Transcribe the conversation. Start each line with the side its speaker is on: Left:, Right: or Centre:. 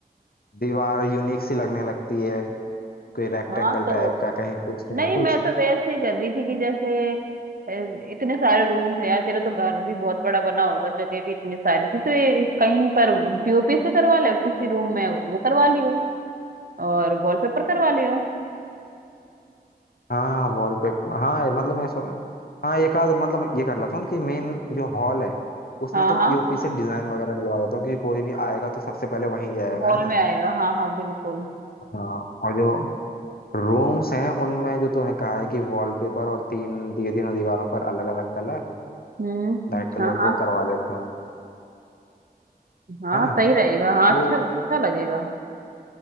Left: दीवार यूनिक सी लगने लगती है कोई रेक्टेंगल
Right: हाँ तो
Left: टाइप का कहीं कुछ कहीं
Right: नहीं
Left: कुछ
Right: मैं तो वैसे ही कर रही थी कि जैसे अ, इतने सारे रूम्स हैं यार तेरा तो घर भी बहुत बड़ा बना होगा जगह भी इतनी सारी थी तो ये कहीं पर पीओपी से करवा ले किसी रूम में वो करवा लियो और वॉलपेपर करवा लियो
Left: हाँ वॉलपेपर हाँ मतलब मैं सो हाँ एक आध मतलब ये कर लेता हूँ कि मेन जो हॉल है उसमें
Right: हाँ
Left: तो पीओपी
Right: हाँ
Left: से डिजाइन वगैरह डलवा देता हूँ क्योंकि कोई भी आएगा तो सबसे पहले वहीं जाएगा
Right: हॉल
Left: है ना
Right: में आएगा हाँ हाँ बिल्कुल
Left: हाँ और जो रूम्स हैं उनमें जो तूने कहा है कि वॉलपेपर और तीन दिए तीनों दीवारों पर अलग अलग कलर
Right: हम्म
Left: लाइट कलर
Right: हाँ हाँ
Left: वो करवा लेता हूँ
Right: हाँ
Left: है ना
Right: सही रहेगा हाँ
Left: तो
Right: अच्छा अच्छा लगेगा